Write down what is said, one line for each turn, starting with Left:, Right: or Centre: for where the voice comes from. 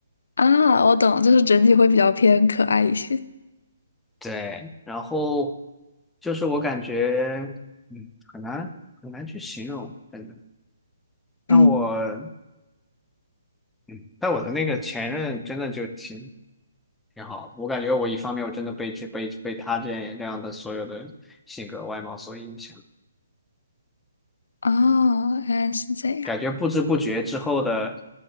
Left: 啊，我懂，就是整体会比较偏可爱一些。
Centre: 对，然后就是我感觉嗯很难很难去形容，真的。但我
Left: 嗯，
Centre: 嗯，但我的那个前任真的就挺挺好的，我感觉我一方面我真的被这被被他这样这样的所有的性格外貌所影响，
Left: 哦，原来是这样。
Centre: 感觉不知不觉之后的